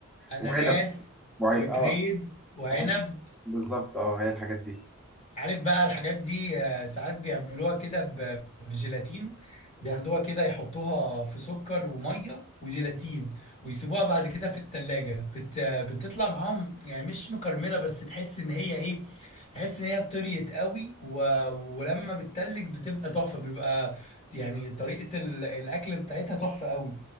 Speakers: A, on the left; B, in the centre.
A: اناناس
B: وعنب وعي
A: وكريز
B: اه
A: وعنب
B: وعنب بالظبط اه هي الحاجات دي
A: عارف بقى الحاجات دي آه، ساعات بيعملوها كده ب- بجيلاتين بياخدوها كده يحطوها في سكر وميه وجيلاتين ويسيبوها بعد كده في التلاجة بت... بتطلع معاهم يعني مش مكرملة بس تحس ان هي ايه تحس ان هي طريت قوي و... ولما بتتلج بتبقى تحفة بيبقى يعني طريقة ال... الاكل بتاعتها تحفة قوي